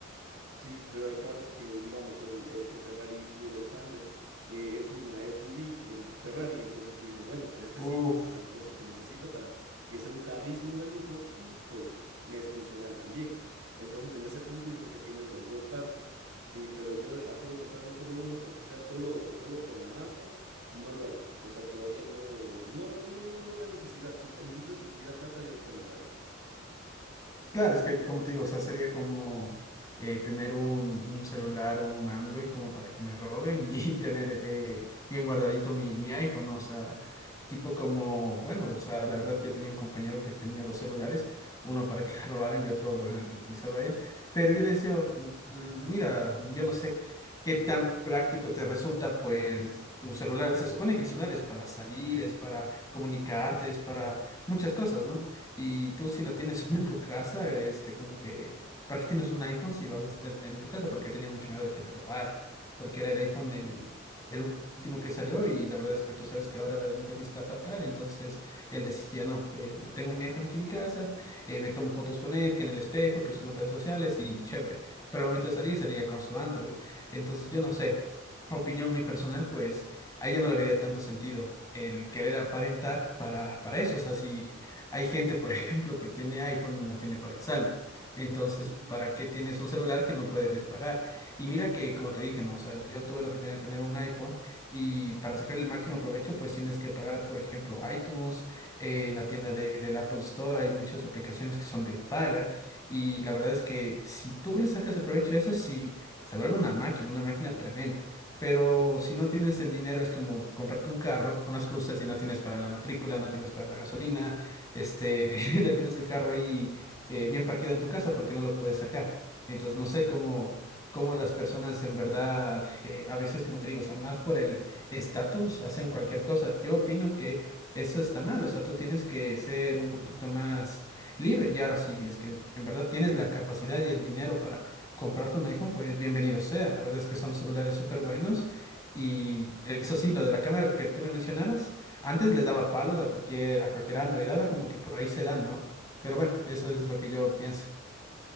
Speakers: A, on the right; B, on the left.
A: Sí, pero hay carros que, digamos, el, este Ferrari puro sangue, que es una SUV en Ferrari, entonces tú dices, bueno, pues este
B: Uf,
A: sí, las cosas que necesito para que sea un carrísimo de lujo y pues me es funcional también. Entonces, en ese punto yo creo que tienes las dos partes, sí, pero yo así de comprarme solo uno porque sea solo, solo por la marca, no lo haría. O sea, todavía no, no, es que no, no, no, no veo necesidad. Si es- incluso si tuviera plata, yo creo que no lo haría.
B: Claro, es que como te digo, o sea, sería como eh, tener un, un celular, un Android como para que me roben y, <laughs> tener eh, bien guardadito mi, mi iPhone, ¿no? O sea, tipo como, bueno, o sea, la verdad yo tenía un compañero que tenía dos celulares, uno para que <laughs> le robaran y otro, bueno, el que utilizaba él, pero yo le decía, "L- l- mira, yo no sé qué tan práctico te resulta, pues tu celular, se supone que el celular es para salir, es para comunicarte, es para muchas cosas, ¿no? Y tú si lo tienes <laughs> solo en tu casa, este, como que, ¿para qué tienes un iPhone si vas a tenerlo en tu casa? Porque tenía mucho miedo de que te robara, porque era el iPhone el, el último que salió y la verdad es que tú sabes que ahora la delincuencia está fatal, entonces él decía, no, eh, tengo mi iPhone aquí en mi casa, eh, me tomo fotos con él, que en el espejo, que subo en redes sociales y chévere, pero al momento de salir salía con su Android, entonces yo no sé, opinión muy personal, pues ahí yo no le vería tanto sentido el querer aparentar para, para eso, o sea, si... Hay gente, por <laughs> ejemplo, que tiene iPhone y no tiene para el saldo. Entonces,
A: <laughs>
B: ¿para qué tienes un celular que no puedes pagar? Y mira que, como te dije, ¿no? O sea, yo tuve la oportunidad de tener un iPhone y para sacar el máximo provecho, pues tienes que pagar, por ejemplo, iTunes, eh, en la tienda de, del Apple Store hay muchas aplicaciones que son de paga y la verdad es que si tú le sacas el provecho a eso, sí, se vuelve una máquina, una máquina tremenda. Pero si no tienes el dinero, es como comprarte un carro con las justas y no tienes para la matrícula, no tienes para la gasolina este, <laughs> le tienes el carro ahí eh, bien parqueado en tu casa porque no lo puedes sacar. Entonces, no sé cómo, cómo las personas en verdad, eh, a veces, como te digo, o sea, más por el estatus, hacen cualquier cosa. Yo opino que eso está mal, o sea, tú tienes que ser un poquito más libre. Y ahora sí, es que en verdad tienes la capacidad y el dinero para comprarte un iPhone, pues bienvenido sea. La verdad es que son celulares súper buenos. Y eso sí, lo de la cámara que tú me mencionabas. Antes les daba palos a cualquier, a cualquier Android, ahora como que por ahí se dan, ¿no? Pero bueno, eso es lo que yo pienso.